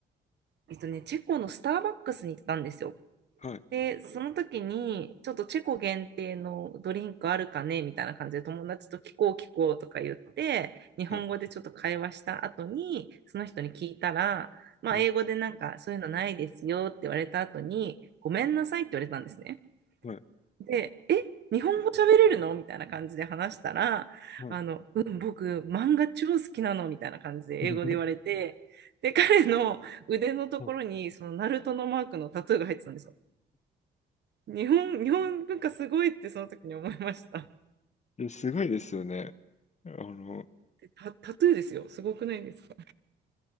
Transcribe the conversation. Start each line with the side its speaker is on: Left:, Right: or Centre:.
Right: えっとね、チェコのスターバックスに行ったんですよ。
Left: はい、
Right: で、その時に、ちょっとチェコ限定のドリンクあるかねみたいな感じで友達と聞こう聞こうとか言って、日本語でちょっと会話した後に、
Left: はい。
Right: その人に聞いたら、まあ、
Left: はい
Right: 英語でなんか、そういうのないですよって言われた後に、ごめんなさいって言われたんですね。
Left: はい。
Right: で、え日本語喋れるのみたいな感じで話したら、
Left: はい。
Right: あの、うん、僕、漫画超好きなのみたいな感じで英語で言われて、
Left: <laughs>
Right: で、彼の腕のところに、
Left: はい
Right: その、ナルトのマークのタトゥーが入ってたんですよ。日本、<laughs> 日本文化すごいってその時に思いました。
Left: え、すごいですよね。あの、
Right: タ、タトゥーですよ。すごくないですか